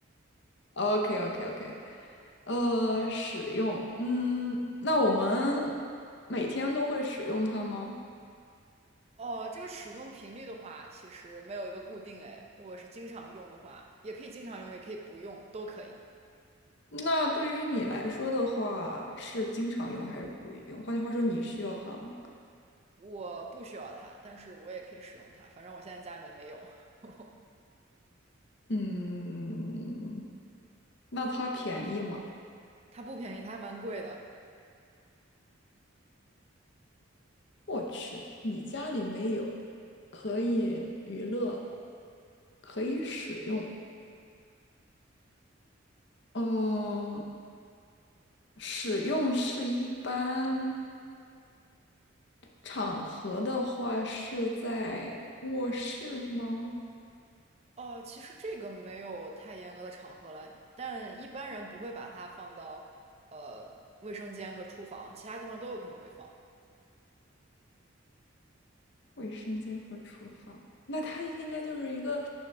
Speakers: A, on the left; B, on the right.
A: <laughs> OK OK OK，呃，使用，嗯，那我们每天都会使用它吗？
B: 哦，这个使用频率的话，其实没有一个固定哎。如果是经常用的话，也可以经常用，也可以不用，都可以。
A: 那对于你来说的话，是经常用还是不用？换句话说，你需要它吗？
B: 我不需要它，但是我也可以使用它。反正我现在家里面没有，<laughs>
A: 嗯，那它便宜吗？
B: 它不便宜，它还蛮贵的。
A: 我去，你家里没有，可以娱乐，可以使用。嗯，使用是一般场合的话是在卧室吗？
B: 哦，其实这个没有太严格的场合了，但一般人不会把它放到呃卫生间和厨房，其他地方都有可能会放。
A: 卫生间和厨房，那它应该就是一个，